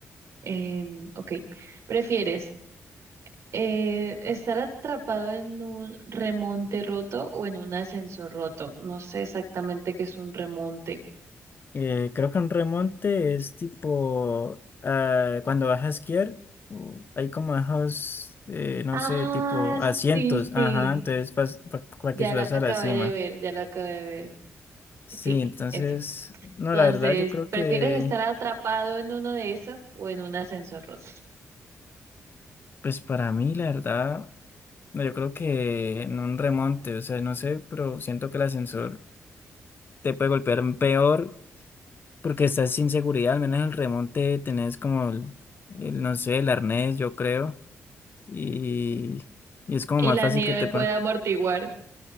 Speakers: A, on the right; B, on the left.
A: em, ok, ¿prefieres? Eh, estar atrapado en un remonte roto o en un ascensor roto. No sé exactamente qué es un remonte.
B: Eh, creo que un remonte es tipo ah, cuando vas a esquiar, uh, hay como bajos, eh, no
A: Ah,
B: sé, tipo asientos,
A: sí, sí.
B: ajá, entonces para
A: Ya
B: que subas
A: lo acabé
B: a la cima.
A: de ver, ya lo acabé de ver.
B: Sí,
A: Sí,
B: entonces,
A: eso.
B: no,
A: Entonces,
B: la verdad, yo creo
A: ¿prefieres
B: que,
A: estar atrapado en uno de esos o en un ascensor roto? <laughs>
B: pues para mí, la verdad, no, yo creo que en un remonte, o sea, no sé, pero siento que el ascensor te puede golpear peor porque estás sin seguridad, al menos en el remonte tenés como el, el, no sé, el arnés, yo creo. y, y es como
A: Y
B: más
A: la
B: fácil
A: nieve
B: que te
A: puede
B: pa-
A: amortiguar.